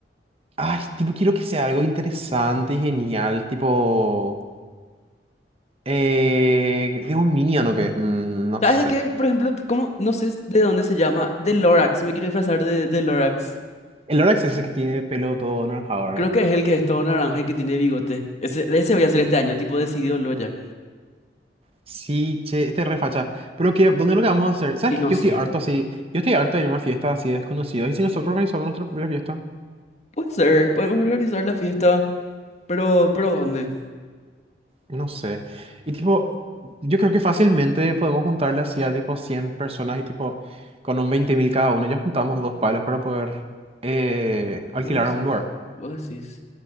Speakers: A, on the right; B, on the left.
A: Ay, tipo, quiero que sea algo interesante y genial. Tipo... Eh, es un minion o qué, Mm, no
B: ¿Sabes
A: sé.
B: de qué? Por ejemplo, ¿cómo? No sé de dónde se llama. De Lorax. Me quiero disfrazar de, de Lorax.
A: El Orax es ese que tiene pelo todo naranjado, ¿verdad?
B: Creo que es el que es todo naranja y que tiene bigote. Ese, ese voy a hacer este año, tipo decidido lo ya.
A: Sí, che, este es re facha. Pero que, ¿dónde lo que vamos a hacer? ¿Sabes
B: Y no
A: que Yo
B: sé.
A: estoy harto así. Yo estoy harto de ir a una fiesta así de desconocidos. ¿Y si nosotros organizamos nuestra propia fiesta?
B: Puede ser, podemos organizar la fiesta. Pero, pero ¿dónde?
A: No sé. Y tipo, yo creo que fácilmente podemos juntarle así a tipo 100 personas y tipo, con un 20.000 cada uno, ya juntamos dos palos para poder eh, alquilar
B: Vos
A: a un
B: decís,
A: lugar.
B: vos decís.